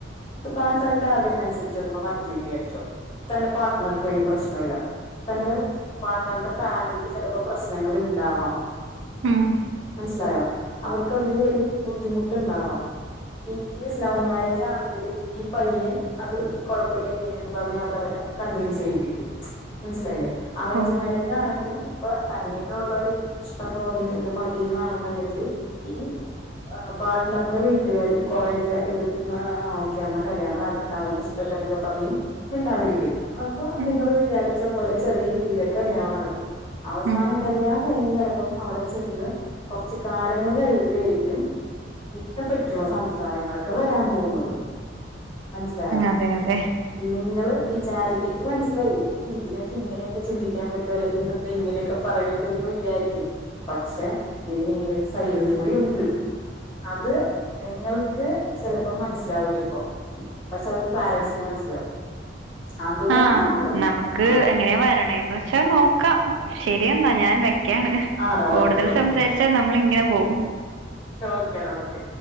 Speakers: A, on the left (about 30°); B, on the right (about 80°).
A: താൻ തന്റെ ആഗ്രഹം അനുസരിച്ചേരെണ്ണം നടത്തിന്ന് വിചാരിച്ചോ തന്റെ പാർട്ണർക്കും അതിന് പ്രശ്നംമല്ല തന്റെ പാർട്ണറിന്റെ ഫാമിലിക്ക് ചിലപ്പോ പ്രശ്നങ്ങൾ ഉണ്ടാവാം
B: ഉം
A: മനസ്സിലായോ അവർക്ക് അതില് ഒരു ബുദ്ധിമു ഇൻണ്ടാവാ ഇ കേസ് ലവ് മാരേജ് ആണെങ്കിൽ ഈ പയ്യൻ അത് കുഴപ്പില്ല ഇങ്ങനെയന്ന് പറഞ്ഞഞ് അത് അവരെ കൺവിൻസ് ചെയ്യിപ്പിക്കും മനസ്സിലായില്ലേ അറേഞ്ച്
B: ഓ
A: മാരേജ് ആണെങ്കിലും ഇപ്പൊ തന്നിലുള്ള ഇഷ്ടം തോന്നി ഇത് മതിന്നാണെന്നുണ്ടെങ്കില് ഈ ആ പാർട്ട്ണറിന്റെ വീട്ടുകാരും കുറെേൊക്കെ ഇത് ഓക്കെ എന്ന കല്യാണം നടക്കട്ടാ അവന്റെ ഇഷ്ടമല്ലേ എന്നൊക്കെ പറഞ് മിണ്ടാതിരിക്കും അപ്പൊ
B: ഉം
A: നിങ്ങള് വിചാരി ച്ച പോലെ ചെറിയ രീതിയിലൊക്കെ കല്യാണം നടക്കും അവസാന
B: ഉം
A: കല്യാണം കഴിഞ് ചിലപ്പോ പ്പം അവിടെ ചെന്ന് കുറച്ച് കാലങ്ങൾ കഴിയുമ്പോ ആരിക്കും ഇതിനെ പറ്റുള്ള സംസാരങ്ങളൊക്കെ വരാൻ പോകുന്നത് മനസ്സിലായോ
B: അതെ അതെ
A: നിങ്ങള് വിചാരി എനിക്ക് മനസ്സിലായി ഇതിനൊക്കെ ഇങ്ങനെയൊക്കെ ചിന്തിക്കാൻ പറ്റോ അല്ലെങ്കിൽ ഇതെന്താ ഇങ്ങനെയൊക്കെ പറയണ ചിലപ്പോ വിചാരിക്കും പക്ഷെ ഇതി ഇങ്ങനെ ഒരു സൈഡും കൂടി ഉണ്ട് അത് നിങ്ങൾക്ക് ചിലപ്പോം മനസ്സിലാവൂല ഇപ്പൊ പക്ഷെ അത് പോരൻറ്സിന് മനസ്സിലാവും അതുകൊണ്ടാണ്
B: ആ നമുക്ക്
A: ആ
B: എങ്ങനെയാ വരണേന്ന് വെച്ചാ നോക്കാം ശരിയെന്നാ ഞാൻ വെക്കാണ്
A: ആടാ
B: കൂടുതൽ
A: ഓക്കെ ഓക്കെ
B: സംസാരിച്ചാൽ നമ്മൾ ഇങ്ങനെ പോവും.
A: ഓക്കെ ഡാ ഓക്കെ.